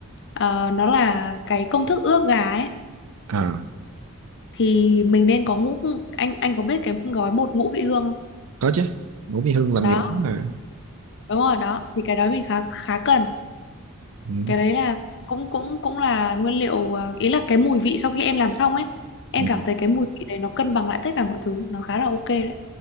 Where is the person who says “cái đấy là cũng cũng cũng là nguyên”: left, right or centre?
Left